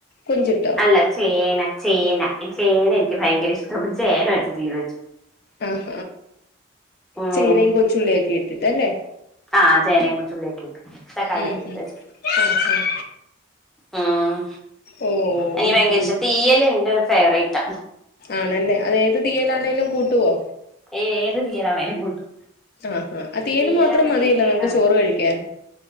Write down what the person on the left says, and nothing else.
കൊഞ്ചിട്ടോ
ആഹ
ചേനേം കൊച്ചുള്ളിയൊക്കെ ഇട്ടിട്ട് അല്ലെ
ഉം ഉം
ആഹ് ആഹ്
ഓ
ഉം ഉം
ആണല്ലേ അത്ഏത് തീയലാണേലും കൂട്ടുവോ
ആഹാ ആ തീയല്
മാത്രം മതിയല്ലൊ
നമുക്ക് ചോറ്
കഴിക്കാൻ